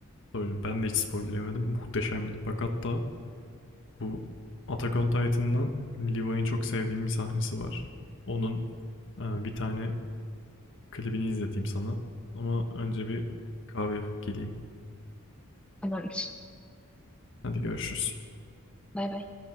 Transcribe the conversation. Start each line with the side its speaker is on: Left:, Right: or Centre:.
Left: Tabii ben de hiç spoiler yemedim. Muhteşemdi. Bak hatta bu Attack on Titan'dan Levi'nin çok sevdiğim bir sahnesi var. Onun e, bir tane klibini izleteyim sana. Ama önce bir kahve yapıp geleyim.
Centre: Tamamdır.
Left: Hadi görüşürüz.
Centre: Bay bay.